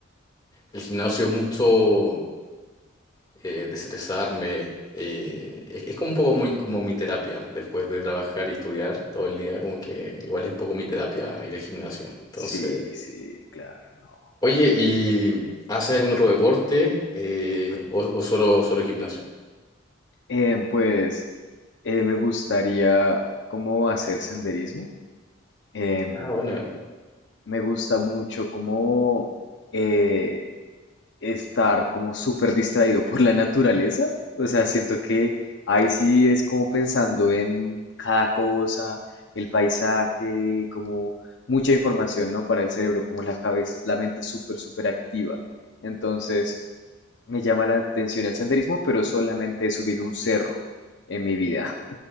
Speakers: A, on the left; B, on the left.
A: el gimnasio es mucho eh, desestresarme. eh, es, es como un poco muy, como mi terapia. Después de trabajar y estudiar todo el día, como que igual es un poco mi terapia ir al gimnasio. Entonces,
B: sí, sí, claro, no.
A: oye, ¿y haces algún otro deporte? Eh, o, o solo, solo gimnasio?
B: Em, pues eh, me gustaría como hacer senderismo. Em,
A: Ah, bueno.
B: me gusta mucho como eh, estar como súper distraído por la naturaleza. O sea, siento que ahí sí es como pensando en cada cosa, el paisaje, como mucha información, ¿no? Para el cerebro, como la cabeza, la mente súper, súper activa. Entonces, me llama la atención el senderismo, pero solamente he subido un cerro en mi vida,